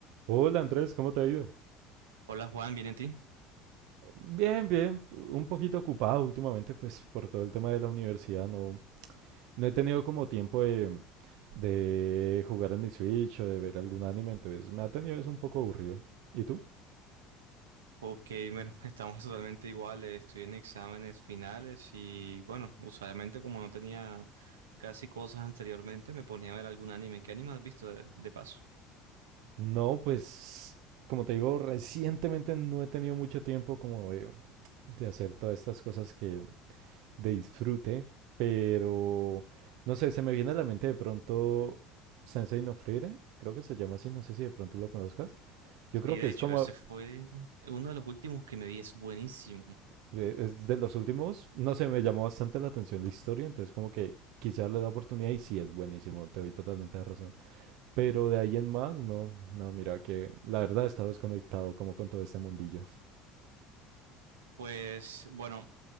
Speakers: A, on the right; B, on the right.
A: Hola Andrés, ¿cómo te ha ido?
B: Hola Juan, ¿bien en ti?
A: Bien, bien, un poquito ocupado últimamente, pues por todo el tema de la universidad, no, no he tenido como tiempo de, de jugar en mi Switch o de ver algún anime, entonces me ha tenido eso un poco aburrido. ¿Y tú?
B: Ok, bueno, <laughs> estamos totalmente iguales. Estoy en exámenes finales y bueno, usualmente como no tenía casi cosas anteriormente, me ponía a ver algún anime. ¿Qué anime has visto de, de paso?
A: No, pues como te digo, recientemente no he tenido mucho tiempo como de, de hacer todas estas cosas que de disfrute, pero no sé, se me viene a la mente de pronto Sensei no Frieren, creo que se llama así, no sé si de pronto lo conozcas. Yo creo
B: Sí, de
A: que es
B: hecho,
A: como...
B: ese fue uno de los últimos que me vi, es buenísimo.
A: eh, es de los últimos, no sé, me llamó bastante la atención la historia, entonces como que quise darle la oportunidad y sí, es buenísimo, te doy totalmente la razón. Pero de ahí en más, no, no, mira que la verdad he estado desconectado como con todo este mundillo.
B: Pues bueno,